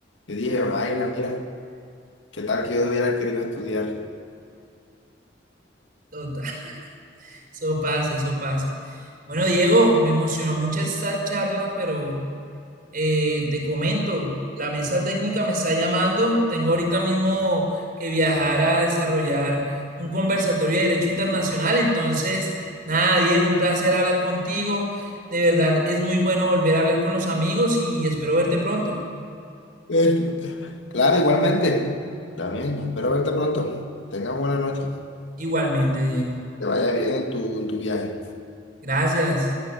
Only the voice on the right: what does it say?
Total, eso pasa, eso pasa. Bueno, Diego, me emocionó mucho esta charla, pero Eh, te comento, la mesa técnica me está llamando. Tengo ahorita mismo que viajar a desarrollar un conversatorio de Derecho Internacional. Entonces, nada, Diego, un placer hablar contigo. De verdad, es muy bueno volver a hablar con los amigos y espero verte pronto.
Igualmente, Diego.
Gracias.